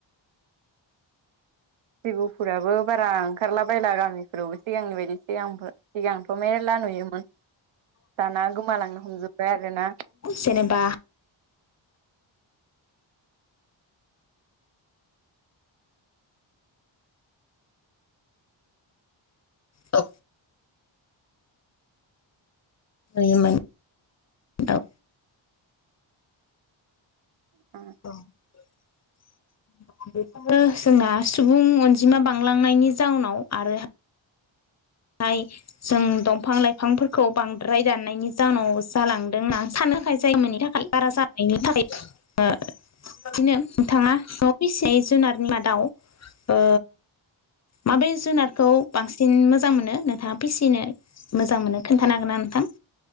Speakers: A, on the right (about 80°); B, on the left (about 35°).
A: जिबौफोराबो बारा ओंखारला बायला गामिफोरावबो सिगांनि बायदि सिगांफोर सिगां मेरला नुयोमोन दाना गोमालांनो हमजोब्बाय आरो ना।
B: जेनेबा औ नुयोमोन। औ
A: <unintelligible>
B: <unintelligible> बेफोरो जोंना सुबुं अनजिमा बांलांनायनि जाउनाव आरो <unintelligible> जों दंफां लाइफांफोरखौ बांद्राय दाननायनि जाउनाव जालांदों ना सानो खाय जाय मोनि थाखाय। बारा जानायनि थाखाय <unintelligible> बिदिनो नोंथाङा न'आव फिसिनाय जुनारनि मादाव ओ माबे जुनारखौ बांसिन मोजां मोनो नोंथाङा फिसिनो मोजां मोनो खोन्थानो हागोन ना नोंथां?